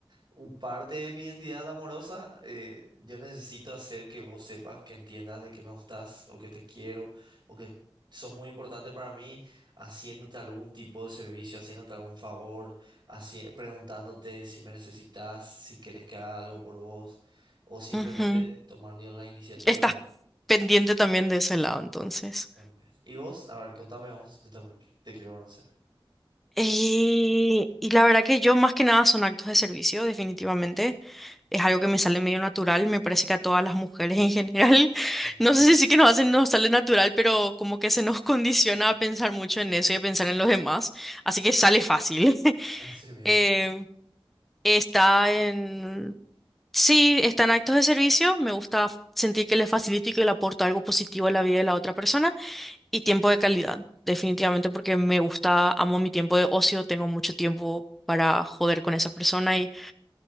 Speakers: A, on the right; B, in the centre.
A: un parte de mi identidad amorosa, eh, yo necesito hacer que vos sepas, que entiendas de que me gustás o que te quiero o que sos muy importante para mí, haciéndote algún tipo de servicio, haciéndote algún favor, haci- preguntándote si me necesitas, si querés que haga algo por vos o simplemente
B: ujú.
A: tomando yo la iniciativa.
B: Estás
A: ¿verdad?
B: pendiente también de ese lado, entonces.
A: También. Y vos, a ver, contame vos, yo también te quiero conocer.
B: Y, y la verdad que yo más que nada son actos de servicio, definitivamente. Es algo que me sale medio natural, me parece que a todas las mujeres en general, <laughs>
A: Ujú.
B: no sé si sí que nos hacen, nos sale natural, pero como que se nos <laughs> condiciona a pensar mucho en eso y a pensar en los demás, así que sale fácil. <laughs>
A: <laughs> Así mismo.
B: Eh, está en Sí, están actos de servicio, me gusta f- sentir que les facilito y que le aporto algo positivo a la vida de la otra persona y tiempo de calidad, definitivamente porque me gusta, amo mi tiempo de ocio, tengo mucho tiempo para joder con esa persona y